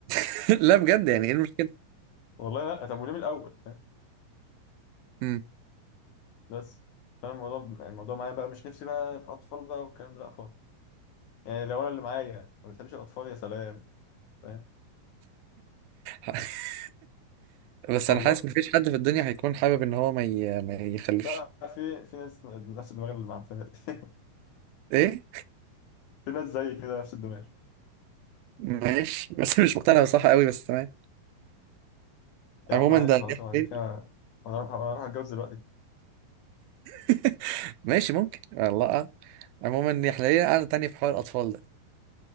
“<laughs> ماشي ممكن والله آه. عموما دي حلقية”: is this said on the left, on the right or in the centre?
Right